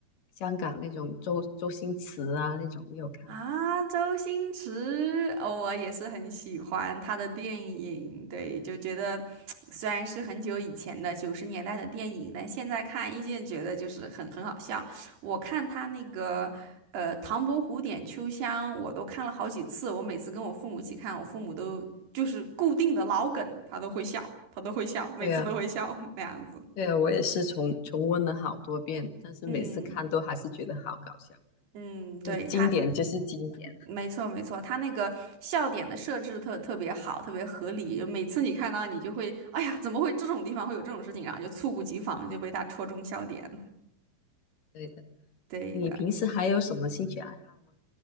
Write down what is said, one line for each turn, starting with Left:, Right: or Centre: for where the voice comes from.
Left: 香港那种周周星驰啊那种，你有看过吗？
Right: 啊，周星驰，哦，我也是很喜欢他的电影，对，就觉得虽然是很久以前的九十年代的电影，但现在看依旧觉得就是很很好笑。我看他那个呃《唐伯虎点秋香》，我都看了好几次，我每次跟我父母一起看，我父母都就是固定的老梗，他都会笑，他都会笑，每次都会笑
Left: 对啊。
Right: <laughs> 那样子。
Left: 对，我也是重重温了好多遍，但是每次看都还是觉得好搞笑，
Right: 嗯嗯，对，
Left: 因为经典就是经典。
Right: 他。没错，没错，他那个笑点的设置特特别好，特别合理。就每次你看到，你就会，哎呀，怎么会这种地方会有这种事情，然后就猝不及防就被他戳中笑点。
Left: 对的，
Right: 对的，
Left: 你平时还有什么兴趣爱好吗？